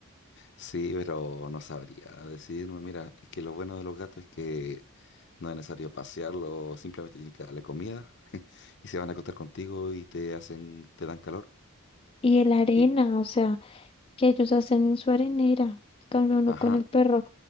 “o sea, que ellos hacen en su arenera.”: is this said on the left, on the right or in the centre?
Left